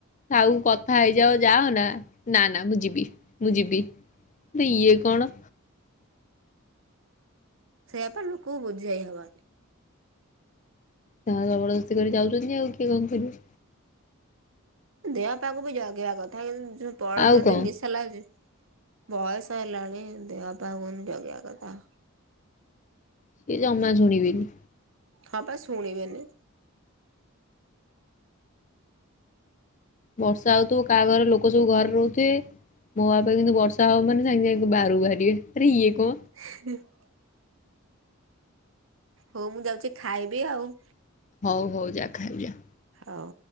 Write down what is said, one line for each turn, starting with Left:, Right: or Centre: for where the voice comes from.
Left: ଥାଉ କଥା ହେଇଯାଅ ଯାଅନା ନା ନା ମୁଁ ଯିବି ମୁଁ ଯିବି। ଆରେ ଇଏ କଣ।
Right: ସେଇଆ ପା ଲୋକ କୁ ବୁଝେଇ ହବନି।
Left: ତାଙ୍କର ଜବର ଦସ୍ତି କରି ଯାଉଛନ୍ତି ଆଉ କିଏ କଣ କରିବ।
Right: ଦେହ ପା କୁ ବି ଜଗିବା କଥା କିନ୍ତୁ ଯୋଉ ପଳଉଛନ୍ତି
Left: ଆଉ କଣ
Right: ମିସ୍ ହେଲାଉଛି ବୟସ ହେଲାଣି ଦେହପା କୁ ଜଗିବା କଥା।
Left: ସିଏ ଜମା ଶୁଣିବେନି।
Right: ହଁ ପା ସୁଣି ବେନି।
Left: ବର୍ଷା ହଉଥିବ କାହା ଘରେ ଲୋକ ସବୁ ଘରେ ରହୁଥିବେ। ମୋ ବାପା କିନ୍ତୁ ବର୍ଷା ହବ ମାନେ ସାଙ୍ଗେ ସାଙ୍ଗେ ବାହାରୁ ବାହାରିବେ ଆରେ ଇଏ କଁ।
Right: ହଁ ହଉ ମୁଁ ଯାଉଛି ଖାଇବି ଆଉ।
Left: ହଉ ହଉ ଯା ଖାଇ ବୁ ଯା।
Right: ହଉ।